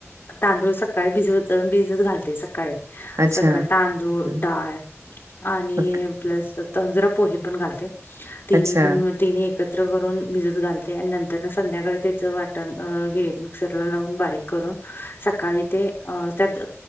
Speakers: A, on the left; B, on the right.
A: तांदूळ सकाळी भिजवत भिजत घालते सकाळी
B: अच्छा.
A: सकाळ तांदूळ
B: हं,
A: डाळ आणि
B: ओके.
A: प्लस त जरा पोहे पण घालते तिन्ही
B: अच्छा,
A: तिन्ही एकत्र करून भिजत घालते आणि नंतर न संध्याकाळी त्याचं वाटण हे मिक्सरला लावून बारीक करून सकाळी ते त्यात